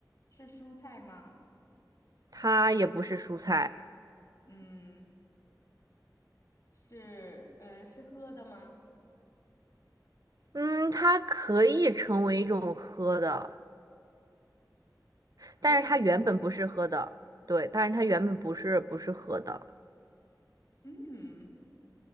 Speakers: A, on the left; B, on the right.
A: 是蔬菜吗？
B: 它也不是蔬菜。
A: 嗯，是呃，是喝的吗？
B: 嗯，它可以成为一种喝的，
A: 可以成为一种，
B: 但是它原本不是喝的，对，但是它原本不是不是喝的，
A: 嗯，